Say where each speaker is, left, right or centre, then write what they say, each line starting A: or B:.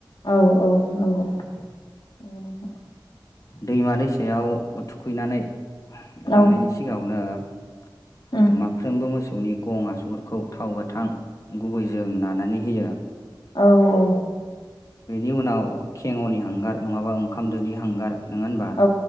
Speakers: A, on the left; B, on the left.
A: औ औ नंगौ <unintelligible>
B: दैमा दैसायाव थुखैनानै लांनायनि
A: औ
B: सिगांङावनो
A: उम
B: माफ्रोमबो मोसौनि गं आसुगुरखौ थाव गोथां गुबै जों नानानै होयो।
A: औ औ
B: बेनि उनाव खेंङ'नि हांगार नंङाबा ओंखाम दोनि हांगार नोंङा होनबा
A: औ